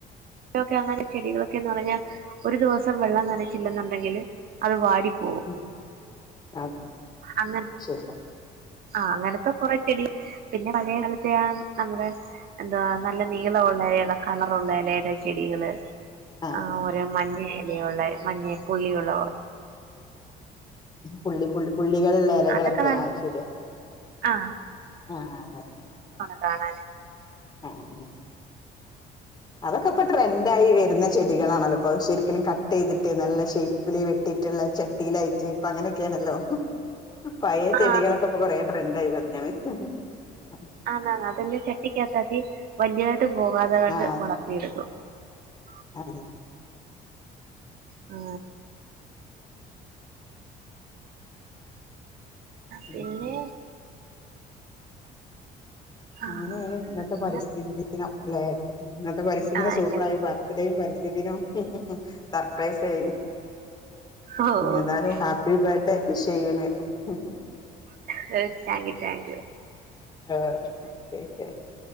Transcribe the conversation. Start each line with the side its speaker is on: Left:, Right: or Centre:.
Right: ക്കെ അങ്ങനെ ചെടികളൊക്കെന്ന് പറഞ്ഞാ ഒരു ദിവസം വെള്ളം നനച്ചില്ലെന്നുണ്ടെങ്കിൽ അത് വാടി ഉ
Left: ഉം അതെ
Right: അങ്ങനെ
Left: ശരി
Right: ആ് അങ്ങനെത്തെ കൊറച്ചടി പിന്നെ പഴയ കാലത്തെ നമ്മുടെ എന്തവാ നല്ല നീളം ഉള്ളലുള്ള കളർള്ളലയുടെ ചെടികള്
Left: ആഹ് ആഹ്
Right: ആ ഓരോ മഞ്ഞ ഇലയുള്ള മഞ്ഞേ പുള്ളിയുള്ള
Left: പള്ളി പുള്ളി പുള്ളികളുള്ള ഇലകളൊക്കെ
Right: അതൊക്കെ ന
Left: ആ ശരിയാ
Right: ആ
Left: ആഹ അതെ
Right: കാണാന
Left: ആആ അതൊക്കെ ഇപ്പ ട്രെൻഡ ആയി വരുന്ന ചെടികളാണല്ലോ ഇപ്പൊ ശരിക്കലും കട്ട് ചെയ്തിട്ട് നല്ല ഷേപ്പില് വെട്ടിട്ടുള്ള ചട്ടിയിലായിട്ട് ഇപ്പ അങ്ങനെയൊക്കെയാണല്ലോ പയ
Right: ആ
Left: ചെടികളൊക്കെ കൊറേ ട്രെഡ ആയിും <inaudible>
Right: ആ് അതന്നെ ചട്ടിക്കത്താക്കി വലിയതായിട്ട് പോകാതെ കണ്ട്
Left: ആഹ് അതെ
Right: വളാം <unintelligible>
Left: അതെ
Right: ആ
Left: ഉം
Right: പിന്നെ
Left: ഉ
Right: ആ
Left: ഉം അങ്ങനെയാണ് ഇന്നത്തെ
Right: പിന്നെ
Left: പരിസ്ഥിതി ദിനം അല്ലെ ഇന്നത്തെ പരിസ്ഥിതിന്
Right: ആ
Left: സൂപ്പറായി
Right: ഇങ്ങൻ
Left: ബർത്ത്ഡേയുംരി <inaudible> സർപ്രൈസ് ആയി
Right: ഓ
Left: ഏതാലും ഹാപ്പി ബർത്ത്ഡേ വിഷ് ചെയ്യണ് <unintelligible>
Right: <unintelligible> ടാങ്കിൽ റ്റാങ്ക്യൂ
Left: ആ കെകെ